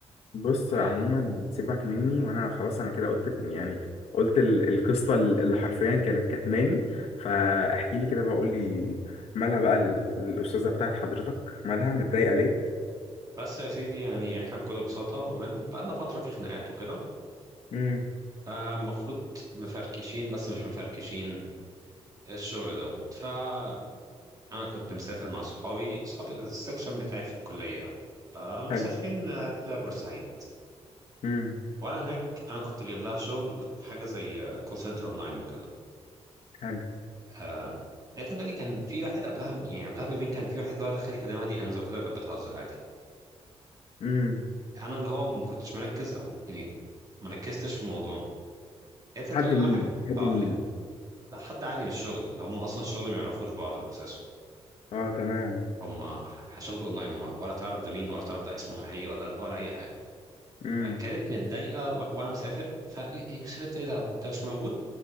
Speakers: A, on the left; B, on the right.
A: بص عموما
B: يعني
A: سيبك مني وانا خلاص انا كده قلت يعني قلت ال- القصة اللي حرفيا كانت كتماني فاحكي لي كده بقى قول لي مالها بقى ال- الأستاذة بتاعت حضرتك مالها متضايقة ليه
B: بس يا سيدي يعني احنا بكل بساطة بقال- بقالنا فترة في خناقات وكده
A: امم
B: فالمفروض مفركشين بس مش مفركشين الشغل دوت فأنا كنت مسافر مع صحابي صحاب السكشن بتاعي في الكلية آه، مسافرين
A: حلو
B: رحلة بورسعيد
A: امم
B: وأنا هناك أنا كنت جايب لها شغل حاجة زي كول سنتر أونلاين وكده
A: حلو
B: آه، لقيتها بتقولي كان في واحد قبلها يعني قبلها بيومين كان في واحد اللي هو دخل يكلمها دي أمز وكده وكانت بتهزر عادي
A: امم
B: فانا اللي هو ما كنتش مركز او يعني ما ركزتش في الموضوع انت هتقولي
A: حد مين
B: بقى ح-
A: حد
B: اه
A: مين
B: لا لا، حد عادي من الشغل هم اصلا الشغل ما يعرفوش بعض من اساسه
A: اه تمام
B: هم ح- شغل اونلاين هو ولا تعرف ده مين ولا تعرف ده اسمه حقيقي ولا لا ولا اي حاجه
A: امم
B: كانت متضايقه و- وانا مسافر فيوسف انت ايه ده انت مش موجود